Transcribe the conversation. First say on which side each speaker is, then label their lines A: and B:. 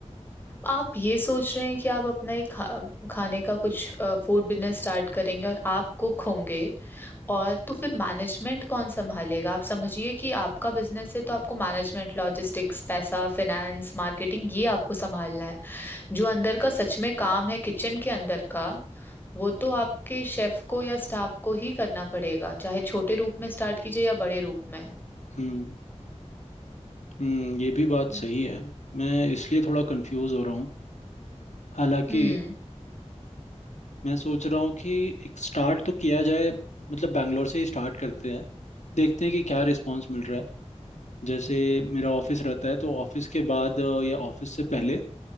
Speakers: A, on the left; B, on the left.
A: आप ये सोच रहे हैं कि आप अपना एक खा, खाने का कुछ फूड बिजनेस स्टार्ट करेंगे और आप कुक होंगे और तो फिर मैनेजमेंट कौन संभालेगा आप समझिए कि आपका बिजनेस है तो आपको मैनेजमेंट लॉजिस्टिक्स पैसा फाइनेंस मार्केटिंग ये आपको संभालना है जो अंदर का सच में काम है किचन के अंदर का वो तो आपके शेफ को या स्टाफ को ही करना पड़ेगा चाहे छोटे रूप में स्टार्ट कीजिए या बड़े रूप में
B: हम्म हम्म ये भी बात
A: हम्म,
B: सही है मैं इसलिए थोड़ा कंफ्यूज हो रहा हूँ हालांकि
A: हम्म,
B: मैं सोच रहा हूँ कि एक स्टार्ट तो किया जाए मतलब बैंगलोर से ही स्टार्ट करते हैं देखते हैं कि क्या रिस्पांस मिल रहा है जैसे मेरा ऑफिस रहता है तो ऑफिस के बाद अ, या ऑफिस से पहले